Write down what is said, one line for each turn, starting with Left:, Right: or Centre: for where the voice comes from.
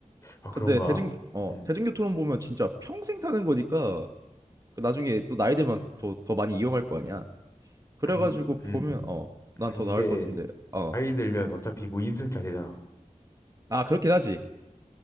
Left: 아, 그런가?
Right: 근데 대중 어
Left: 음,
Right: 대중교통은 보면 진짜 평생 타는 거니까 그 나중에 또 나이 되면 더 더 많이 이용할 거 아니야. 그래가지고
Left: 근, 음,
Right: 보면 어 난
Left: 근데
Right: 더 나을 것 같은데 어
Left: 아이 들면 어차피 무임승 자제잖아.
Right: 아 그렇긴 하지.